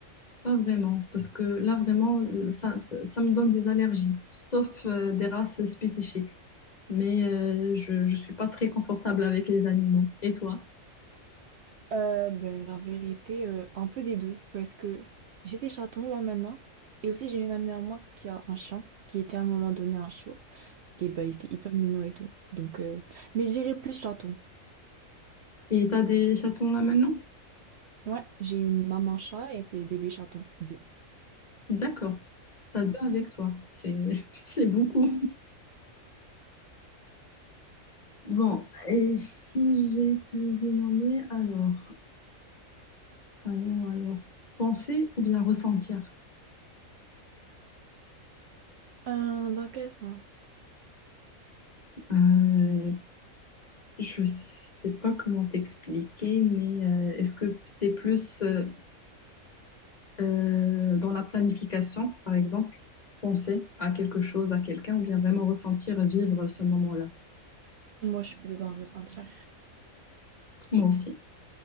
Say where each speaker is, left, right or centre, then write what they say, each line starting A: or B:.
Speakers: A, on the left; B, on the right.
A: pas vraiment, parce que là vraiment, euh, ça, ça, ça me donne des allergies, sauf euh, des races spécifiques. Mais euh, je, je suis pas très confortable avec les animaux. Et toi?
B: Euh, ben, la vérité, euh, un peu des deux, parce que j'ai des chatons là maintenant, et aussi j'ai une amie à moi qui a un chien, qui était à un moment donné un chiot, et ben il était hyper mignon et tout. Donc, euh, mais je dirais plus chaton.
A: Et t'as des chatons là maintenant?
B: Ouais, j'ai une maman chat et c'est le bébé chaton. Deux.
A: D'accord, t'as deux avec toi. C'est, <laughs> c'est beaucoup. Bon, et si je vais te demander, alors, alors, alors, penser ou bien ressentir?
B: Euh, dans quel sens?
A: Euh, je sais pas comment t'expliquer, mais euh, est-ce que t'es plus, euh, Euh, dans la planification, par exemple, penser à quelque chose, à quelqu'un, ou bien vraiment ressentir, vivre ce moment-là.
B: Moi, je suis plutôt dans le ressentir.
A: Moi aussi,